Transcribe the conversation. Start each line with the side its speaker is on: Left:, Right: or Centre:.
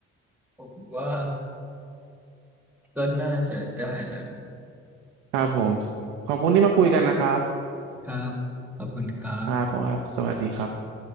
Centre: ผมว่าก็น่าจะได้แล้ว
Right: ครับผมขอบคุณที่มาคุยกันนะครับ
Centre: นะครับขอบคุณครับ
Right: ครับผมครับสวัสดีครับ